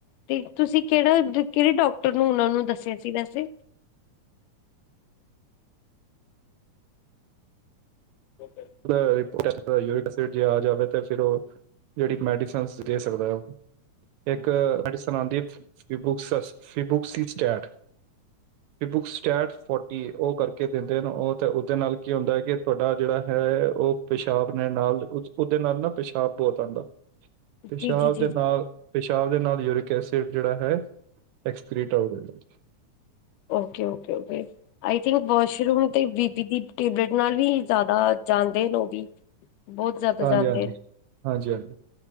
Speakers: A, on the left; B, on the right.
A: ਤੇ ਤੁਸੀਂ ਕੇੜਾ ਦਿ- ਕੇਹੜੇ ਡੋਕਟਰ ਨੂੰ ਔਨਾਂ ਨੂੰ ਦੱਸਿਆ ਸੀ ਵੈਸੇ। ਓਕੇ। <unintelligible>
B: ਭਰਾ ਵੀ ਪੂਰਾ-ਸੂਰਾ ਈ ਯੁਰਿਕ ਐਸਿਡ ਜੇ ਆ ਜਾਵੇ ਤੇ ਫੇਰ ਔ ਜੇੜੀ ਮੈਡੀਸਨ ਦੇ ਸਕਦੈ ਔ। ਇੱਕ ਮੈਡੀਸਨ ਆਂਦੀਏ, ਫਿਬੁਕ ਸਸ ਫਿਬੁਕ ਸੀਸ ਸਟਾਰਟ ਫਿ ਬੁਕ ਸਟੈਟ ਫੋਟੀ ਔਹ ਕਰਕੇ ਦਿੰਦੇ ਹਨ, ਔਹ ਤੇ ਔਦੇ ਨਾਲ ਕੀ ਹੋਂਦਾ ਹੈ ਕਿ ਤੁਹਾਡਾ ਜੇੜਾ ਹੈ, ਔ ਪੇਸ਼ਾਬ ਨੇ ਨਾਲ ਔਦੇ ਨਾਲ ਨਾ ਪੇਸ਼ਾਬ ਬੋਤ ਆਂਦਾ। ਪੇਸ਼ਾਬ
A: ਜੀ ਜੀ ਜੀ
B: ਦੇ ਨਾਲ ਪੇਸ਼ਾਬ ਦੇ ਨਾਲ ਯੂਰਿਕ ਐਸਿਡ ਜੇੜਾ ਹੈ, ਐਕਸਕ੍ਰੀਟ ਆਊਟ ਹੋਏਗਾ।
A: Okay okay okay, I think washroom ਤੇ ਬੀ ਪੀ ਦੀ ਟੇਬਲੇਟ ਨਾਲ ਵੀ ਜ਼ਾਦਾ ਜਾਂਦੇ ਨ ਔ ਵੀ, ਬੋਤ ਜ਼ਾਦਾ
B: ਹਾਂਜੀ
A: ਜਾਂਦੇ
B: ਹਾਂਜੀ
A: ਨੇ।
B: ਹਾਂਜੀ ਹਾਂਜੀ